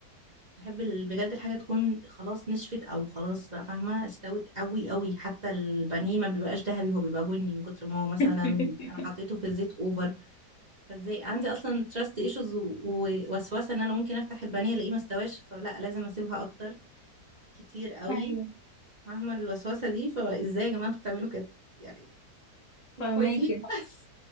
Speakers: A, on the right (about 35°); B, on the left (about 55°).
A: بحب ال- بجد الحاجه تكون خلاص نشفت او خلاص بقى فاهمه استوت قوي قوي حتى البانيه ما بيبقاش ذهبي هو بيبقى بني من كتر ما هو مثلا
B: <laughs>
A: انا حطيته في الزيت اوفر فازاي عندي اصلا تراست ايشوز ووسوسه ان انا ممكن افتح البانيه الاقيه ما استواش فلا لازم اسيبها اكتر كتير قوي
B: ايوه
A: فاهمه الوسوسه دي فازاي يا جماعه انتوا بتعملوا كده يعني انتوا
B: فهماكي
A: كويسين <laughs>